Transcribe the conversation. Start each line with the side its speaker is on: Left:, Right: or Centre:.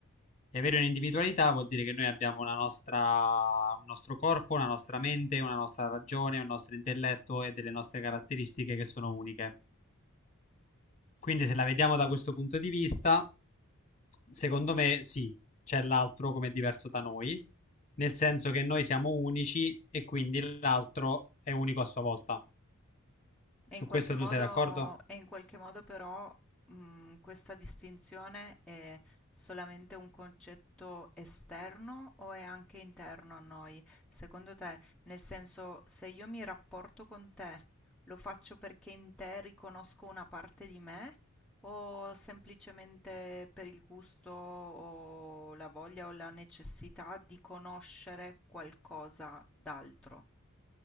Left: E avere un'individualità vuol dire che noi abbiamo una nostra, un nostro corpo, una nostra mente, una nostra ragione, un nostro intelletto e delle nostre caratteristiche che sono uniche. Quindi se la vediamo da questo punto di vista, secondo me sì, c'è l'altro come diverso da noi, nel senso che noi siamo unici e quindi l'altro è unico a sua volta.
Centre: E
Left: Su
Centre: in qualche
Left: questo
Centre: modo,
Left: tu sei d'accordo?
Centre: e in qualche modo però mh, questa distinzione è solamente un concetto esterno o è anche interno a noi? Secondo te, nel senso, se io mi rapporto con te, lo faccio perché in te riconosco una parte di me o semplicemente per il gusto o la voglia o la necessità di conoscere qualcosa d'altro?